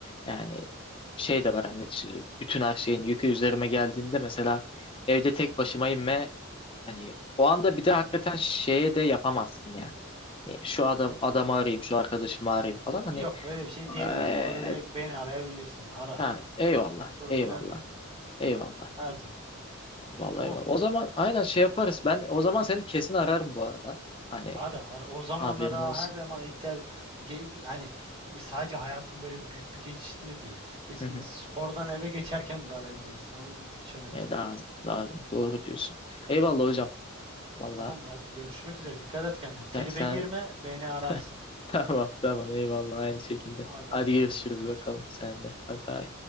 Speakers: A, on the left; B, on the right.
A: Yani şey de var hani neticede bütün her şeyin yükü üzerime geldiğinde mesela evde tek başımayım ve hani o anda bir de hakikaten şeye de yapamazsın ya. Hani şu adam adamı arayayım, şu arkadaşımı arayayım falan hani
B: Yok öyle bir şey diyebilirsin.
A: eee,
B: Orada direkt beni arayabilirsin. Ara.
A: ha, eyvallah,
B: Problem
A: eyvallah,
B: yok.
A: eyvallah.
B: Her zaman.
A: Vallahi
B: Tamam.
A: eyvallah. O zaman aynen şey yaparız. Ben o zaman seni kesin ararım bu arada. Hani
B: Ara ara o zamanlara
A: Haberin olsun.
B: her zaman ihtiyaç ge- yani sadece hayatın böyle büyük bir geçişinde değil. E, s-
A: Hı hı.
B: e, spordan eve geçerken de arayabilirsin. Anladın mı? Hiç önemli
A: E,
B: değil.
A: lazım, lazım. Doğru diyorsun. Eyvallah hocam. Vallahi
B: Tamam hadi görüşmek üzere. Dikkat et kendine. Tribe
A: sen, sen...
B: girme, beni ararsın.
A: <laughs> Tamam, tamam. Eyvallah. Aynı şekilde.
B: Hadi
A: Hadi
B: Allah'a
A: görüşürüz
B: emanet görüşürüz.
A: bakalım sen de. Bay bay.